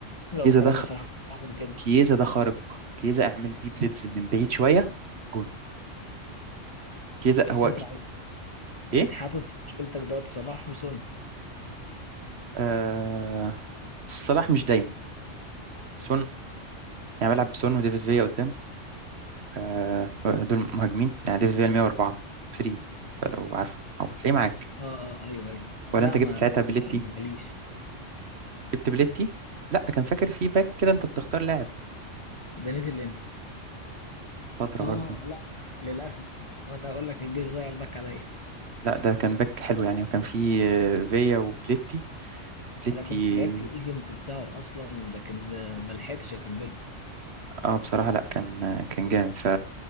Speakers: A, on the left; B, on the right.
A: لو
B: كيزا
A: مكانك
B: ده خ-
A: بصراحة كنت هعمل كده
B: كيزا ده خارق كيزا اعمل بيه بليدز من بعيد شويه جون كيزا
A: بس
B: هو
A: انت
B: ك... ايه
A: حاطط في مشكلتك دلوقتي صلاح وسون
B: آه... صلاح مش دايما سون يعني بلعب بسون وديفيد فيا قدام آه... دول مهاجمين يعني ديفيد فيا 104 فري فلو عارفه او تلاقيه معاك
A: اه آه، ايوه ايوه
B: ولا
A: لا
B: انت جبت
A: ما
B: ساعتها
A: مش
B: بليتي
A: معايا ما جاليش
B: جبت بليتي لا كان فاكر في باك كده انت بتختار لاعب
A: ده نزل امتى
B: فتره
A: اه
B: برضه
A: لا للاسف انا اقول لك الجيش ضيع الباك عليا
B: لا ده كان باك حلو يعني وكان فيه آه، فيا وبليتي بليتي
A: انا كنت لعبت الايفنت بتاعه اصلا لكن آه، ما لحقتش اكمله
B: اه بصراحة لا كان آه، كان جامد ف...